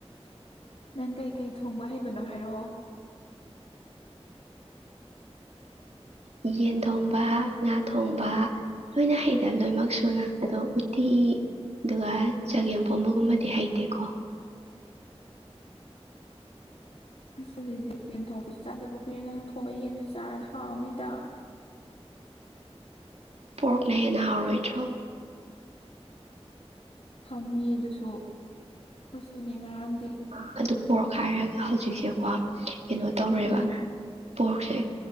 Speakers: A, on the left (about 70°); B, on the right (about 80°).
A: ꯅꯪ ꯀꯩꯀꯩ ꯊꯣꯡꯕ ꯍꯩꯕꯅꯣ ꯍꯥꯏꯔꯛꯑꯣ
B: ꯎ ꯌꯦꯟ ꯊꯣꯡꯕ ꯉꯥ ꯊꯣꯡꯕ ꯂꯣꯏꯅ ꯍꯩꯗꯅ ꯂꯣꯏꯅꯃꯛ ꯁꯨꯅ ꯑꯗꯣ ꯎꯠꯇꯤ ꯑꯗꯨꯒ ꯆꯒꯦꯝ ꯄꯣꯡꯕꯒꯨꯝꯕꯗꯤ ꯍꯩꯇꯦꯀꯣ
A: ꯑꯁ <unintelligible> ꯌꯦꯟ ꯊꯣꯡꯕꯁꯨ ꯆꯥꯗꯕ ꯀꯨꯏꯔꯦ ꯅꯪ ꯊꯣꯡꯕ ꯌꯦꯟꯗꯣ ꯆꯥꯔꯗꯤ ꯍꯥꯎꯅꯤꯗ
B: ꯄꯣꯔꯛ ꯅ ꯍꯦꯟꯅ <unintelligible> ꯑꯣꯏ ꯔꯣꯏꯗ꯭ꯔꯣ
A: ꯍꯥꯎꯅꯤꯌꯦ ꯑꯗꯨꯁꯨ <unintelligible> ꯉꯔꯥꯡ
B: ꯑꯥ ꯑꯗꯨ ꯄꯣꯔꯛ ꯍꯥꯏꯔꯒ ꯍꯧꯖꯤꯛꯁꯦꯀꯣ ꯀꯩꯅꯣ ꯇꯧꯔꯦꯕ
A: ꯎꯝ
B: ꯄꯣꯔꯁꯦ